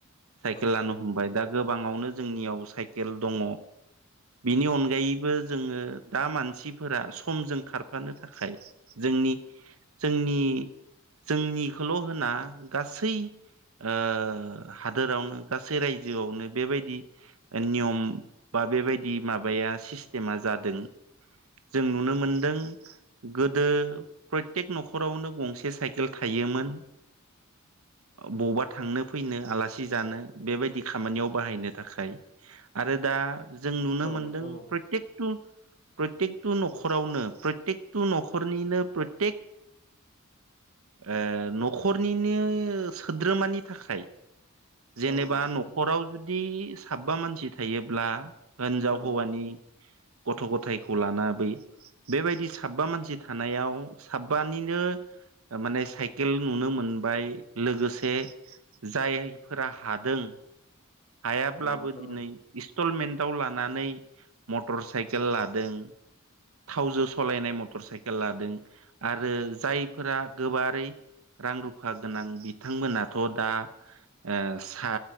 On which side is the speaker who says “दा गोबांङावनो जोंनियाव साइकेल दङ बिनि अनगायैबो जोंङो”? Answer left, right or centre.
Right